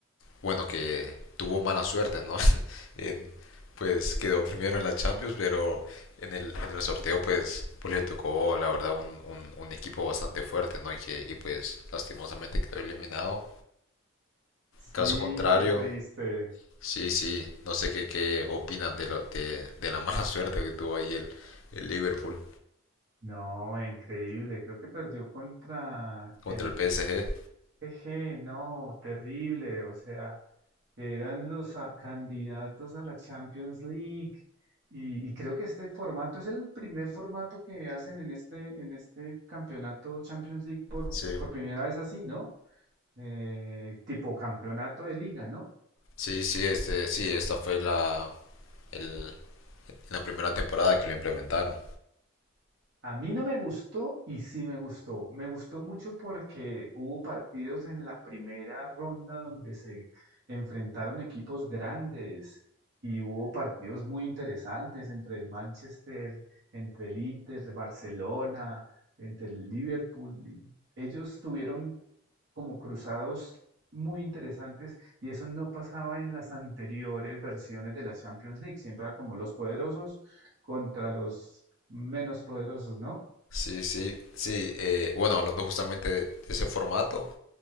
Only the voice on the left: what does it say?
bueno que tuvo mala suerte, ¿no? <laughs> En- pues quedó primero en la Champions, pero en el, en el sorteo pues pues le tocó la verdad un, un, un equipo bastante fuerte, ¿no? Y que y pues lastimosamente quedó eliminado.
Caso contrario,
sí, sí, no sé qué qué opinan de, lo- de de la mala <laughs> suerte que tuvo ahí el el Liverpool
contra
el PSG.
Sí.
Sí, sí, este, sí, esta fue la, el- la primera temporada que lo implementaron.
Sí, sí, sí. eh, bueno, hablando justamente de ese formato,